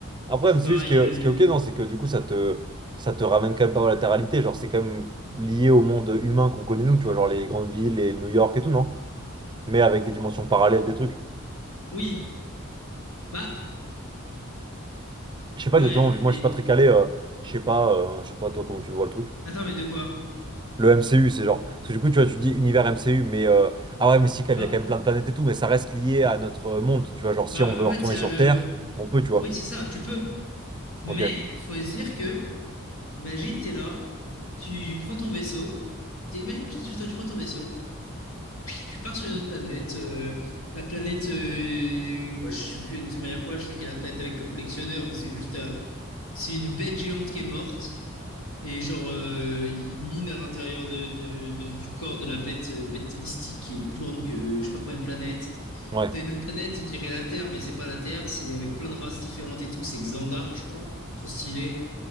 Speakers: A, on the right; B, on the left.
A: Après,
B: C'est
A: mais
B: pareil.
A: c'est juste que
B: euh,
A: ce qui est ok, non, c'est que du coup, ça te, ça te ramène quand même pas mal à la réalité. Genre, c'est quand même lié au monde humain qu'on connaît, nous, tu vois, genre les grandes villes, les New York et tout, non? Mais avec des dimensions parallèles, des trucs.
B: Oui, bah,
A: Je sais
B: ouais,
A: pas exactement, vu que
B: oui.
A: moi, je suis pas très calé, euh, je sais pas, euh, je sais pas, toi, comment tu le vois le truc.
B: Attends, mais de quoi?
A: Le MCU, c'est genre. Parce que du coup, tu vois, tu dis univers MCU, mais. euh, ah ouais, mais si, quand
B: Bah,
A: même, il y a quand même plein de planètes et tout, mais ça reste lié à notre monde, tu vois. Genre,
B: bah,
A: si on veut
B: en fait,
A: retourner
B: il y a
A: sur
B: le.
A: Terre, on peut, tu vois.
B: Oui, c'est ça, tu peux. Mais
A: Ok,
B: faut se dire que, imagine, t'es là, tu prends ton vaisseau, t'es- imagine, tu tu- tu prends ton vaisseau, tu pars sur une autre planète. euh, la planète, euh, bah, je sais plus exactement il y a quoi, je sais qu'il y a la planète avec le collectionneur où c'est juste, euh, c'est une bête géante qui est morte. Et genre, euh, il mine à l'intérieur de, de- de- du corps de la bête, euh, bête mystique qui est plus grande que je sais pas combien de planètes.
A: ouais.
B: T'as une autre planète, on dirait la Terre, mais c'est pas la Terre, c'est avec plein de races différentes et tout. C'est Xandar, je crois. Trop stylé.